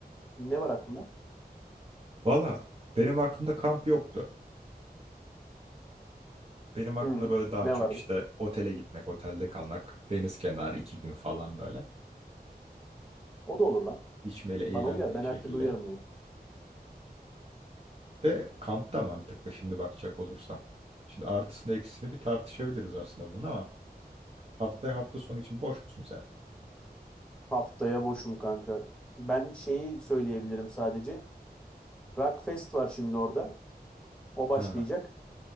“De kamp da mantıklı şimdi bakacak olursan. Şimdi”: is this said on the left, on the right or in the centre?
Right